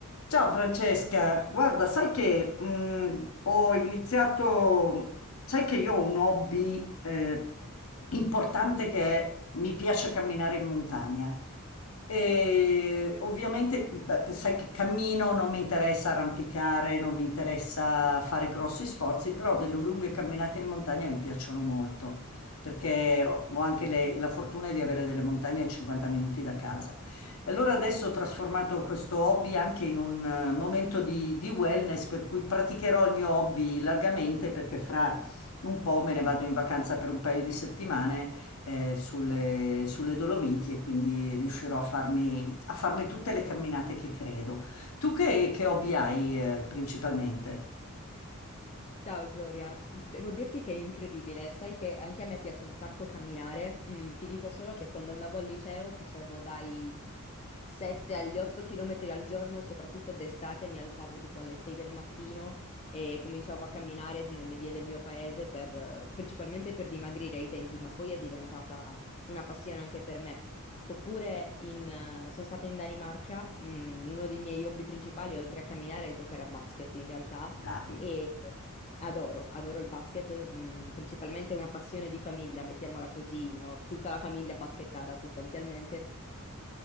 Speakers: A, on the left (about 70°); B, on the left (about 30°).
A: Ciao Francesca, guarda, sai che mh, ho iniziato, sai che io ho un hobby eh, importante che è- mi piace camminare in montagna. E ovviamente, beh, sai che cammino, non mi interessa arrampicare, non mi interessa fare grossi sforzi, però delle lunghe camminate in montagna mi piacciono molto, perché ho ho anche le- la fortuna di avere delle montagne a 50 minuti da casa. E allora adesso ho trasformato questo hobby anche in un eh, momento di, di wellness, per cui praticherò il mio hobby largamente perché fra un po' me ne vado in vacanza per un paio di settimane eh, sulle, sulle Dolomiti e quindi riuscirò a farmi, a farmi tutte le camminate che credo. Tu che, che hobby hai eh, principalmente?
B: Ciao Gloria, devo dirti che è incredibile, sai che anche a me piace un sacco camminare, Mm, ti dico solo che quando andavo al liceo facevo dai 7 agli 8 km al giorno, soprattutto d'estate, mi alzavo tipo alle 6 del mattino e cominciavo a camminare nelle vie del mio paese per, eh, principalmente per dimagrire ai tempi, ma poi è diventata una passione anche per me. Oppure in, eh, sono stata in Danimarca, mm, uno dei miei hobby principali, oltre a camminare, è giocare a basket in realtà
A: Dai.
B: e adoro, adoro il basket, mm, principalmente è una passione di famiglia, mettiamola così, ho tutta la famiglia basketara sostanzialmente.